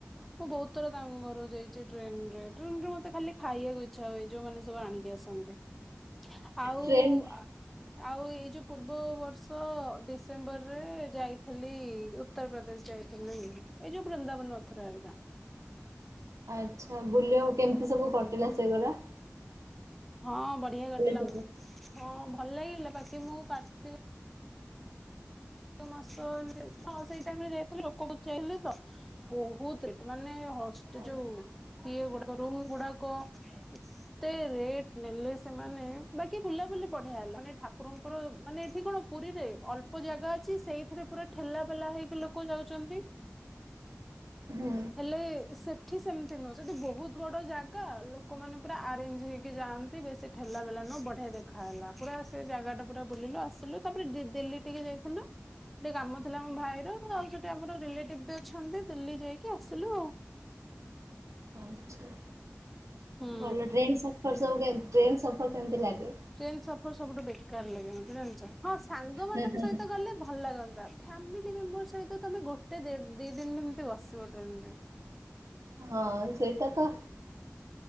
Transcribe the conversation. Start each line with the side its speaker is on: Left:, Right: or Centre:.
Centre: ମୁଁ ବହୁତ ଥର ତାଙ୍କ ଘରକୁ ଯାଇଛି। ଟ୍ରେନରେ ଟ୍ରେନରେ ମତେ ଖାଲି ଖାଇବାକୁ ଇଚ୍ଛା ହୁଏ। ଯୋଉମାନେ ସବୁ ଆ କି ଆସନ୍ତି। ଆଉ
Right: ଟ୍ରେନ
Centre: ଆ ଆଉ ଏଇ ଯୋଉ ପୂର୍ବ ବର୍ଷ ଡିସେମ୍ବରରେ ଯାଇଥିଲି। ଉ ଉତ୍ତରପ୍ରଦେଶ ଯାଇଥିଲୁ। ଏଇ ଯୋଉ ବୃନ୍ଦାବନ ମଥୁରା ହେରିକା
Right: ଆଚ୍ଛା! ବୁଲିବା କେମିତି ସବୁ କଟିଲା ସେଗୁଡା
Centre: ହଁ ବଢିଆ କଟିଲା।
Right: ସବୁ?
Centre: ହଁ ଭଲ ଲାଗିଲା ତାକି ମୁଁ କାକି ମାସ ହ ହଁ ସେଇ ଟାଇମରେ ଯାଇଥିଲି। ଲୋକ ଲୁଚାଇଲେ ତ ବହୁତ ରେଟ୍ ମାନେ ହଷ୍ଟେ
Right: ଆଚ୍ଛା,
Centre: ଯୋଉ ଇଏ ଗୁଡାକ ରୁମ୍ ଗୁଡାକ <inaudible> ଏତେ ରେଟ ନେଲେ ସେମାନେ ବାକି ବୁଲାବୁଲି ବଢିଆ ହେଲା ମାନେ ଠାକୁରଙ୍କର ମାନେ ଏଠି କଣ ପୁରୀରେ ଅଳ୍ପ ଜାଗା ଅଛି। ସେଇଥିରେ ପୁରା ଠେଲା ପେଲା ହେଇକି ଲୋକ କ ଯାଉଛନ୍ତି।
Right: ହୁଁ
Centre: ହେଲେ ସେ ସେଠି ସେମିତି ନୁହଁ। ସେଠି ବହୁତ ବଡ ଜାଗା ଥାନ୍ତା ଲୋକମାନେ ପୁରା ଆରେଞ୍ଜ ହେଇକି ଯାଆନ୍ତି। ବେଶୀ ଠେଲା ପେଲା ନୁହ ବଢିଆ ଦେଖା ହେଲା। ପୁରା ସେ ଜାଗା ଟା ପୁରା ବୁଲିଲୁ। ଆସିଲୁ ତାପରେ ଦି- ଦିଲ୍ଲୀ ଟିକେ ଯାଇଥିଲୁ। ଟିକେ କାମ ଥିଲା ଆମ ଭାଇର ଆଉ ସେଠି ଆମର ରିଲେଟିଭ ବି ଅଛନ୍ତି। ଦିଲ୍ଲୀ ଯାଇକି କି ଆସିଲୁ। ଆଉ
Right: ଆଛା!
Centre: ହୁଁ
Right: ଭଲ ଡ୍ରେନ୍ ସ ଫେର୍ ସବୁ କେ ଟ୍ରେନ ସଫର କେମିତି ଲାଗେ
Centre: ଟ୍ରେନ୍ ସଫର ସବୁଠୁ ବେକାର ଲାଗେ ମତେ ଜାଣିଛ। ହଁ ସାଙ୍ଗମାନଙ୍କ
Right: ହୁଁ ହୁଁ
Centre: ସହିତ
Right: ହୁଁ।
Centre: ଗଲେ ଭଲ ଲାଗନ୍ତା। ଫ୍ୟାମିଲି ମେମ୍ବର ସହିତ ତମେ ଗୋଟେ ଦେ ଦି ଦିନ ଏମତି ବସିବ ଟ୍ରେନରେ
Right: ହଁ ସେଇଟା ତ